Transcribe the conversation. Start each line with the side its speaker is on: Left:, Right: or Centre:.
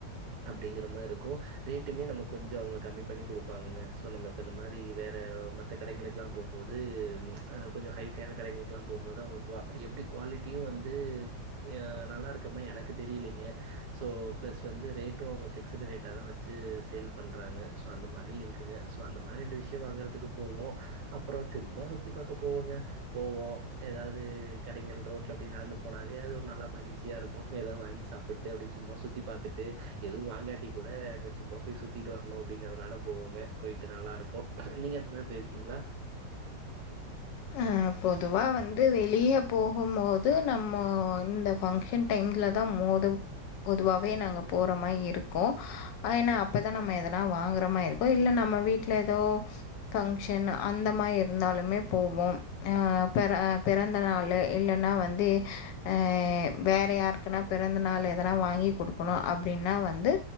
Right: அப் டிங்கற மார்ருக்கு. ரேட்டுமே நம்ம கொஞ்சோ அவுங்க கம்மி பண்ணி குடுப்பாங்கங்க. சோ நம்ம இப்ப இந்த மாரி வேற மத்த கடைங்களுக்குல்லா போம்போது அ கொஞ்சோ ஹைஃபையான கடைங்களுக்குல்லா போம்போது அவுங்க க்வா அது எப்டி க்வாலிட்டியு வந்து அ நல்லா இருக்குமா எனக்கு தெரிலீங்க. சோ ப்ளஸ் வந்து ரேட் டு அவுங்க ஃபிக்ஸுடு ரேட்டா தா வச்சு சேல் பண்றாங்க. சோ அந்த மாரி இருக்குங்க. சோ அந்த மார் ரெண்டு விஷ்யோ வாங்கறத்துக்கு போவோ. அப்பறோ சும்மா சுத்தி பாக்க போவோங்க. போவோ எதாவ்து கடைங்கள் ரோட் ல அப்டியே நடந்து போனாவே அது ஒரு நல்லா மகி்ழ்ச்சியாருக்கு. எதா வாங்கி சாப்பிட்டு அப்டியே சும்மா சுத்தி பாத்துட்டு எது வாங்காட்டி கூட அங்க சும்மா போய் சுத்திட்டு வரனு அப்டிங்கறதுனால போவோங்க. போய்ட்டு நல்லாருக்கு. நீங்க இந்த மாரி போய்ருக்கீங்ளா?
Left: அ பொதுவா வந்து வெளிய போகும் போது நம்மோ இந்த ஃபங்க்ஷன் டைம்ல தா மோதுவ் பொதுவாவே நாங்க போற மாயி இருக்கு. அ ஏன்னா அப்பதா நம்ம எதுனா வாங்கற மாயி இருக்கு இல்ல நம் நம்ம வீட்ல எதோ ஃபங்க்ஷன் அந்த மாய் இருந்தாலுமே போவோ‌. அ பிற அ பிறந்த நாளு இல்லன்னா வந்து அ வேற யாருக்குன்னா பிறந்த நாளு எதனா வாங்கி குடுக்கனு அப்டின்னா வந்து